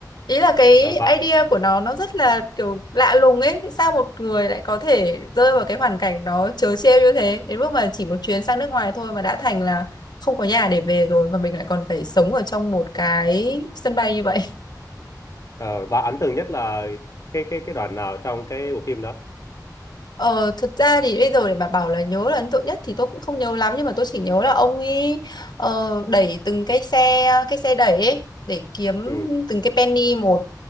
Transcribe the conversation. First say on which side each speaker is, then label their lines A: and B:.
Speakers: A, on the left; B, on the left.
A: Ý là cái
B: rồi bà
A: idea của nó Nó rất là kiểu lạ lùng ấy Sao một người lại có thể rơi vào cái hoàn cảnh Nó trớ trêu như thế Đến mức mà chỉ một chuyến sang nước ngoài thôi Mà đã thành là không có nhà để về rồi Và mình lại còn phải sống ở trong một cái sân bay như vậy
B: ờ, bà ấn tượng nhất là cái cái cái đoạn nào trong cái bộ phim đó
A: Ờ, thực ra thì bây giờ để bà bảo là nhớ là ấn tượng nhất thì tôi cũng không nhớ lắm nhưng mà tôi chỉ nhớ là ông ấy ờ, đẩy từng cái xe cái xe đẩy ấy để kiếm
B: ừ
A: từng cái penny một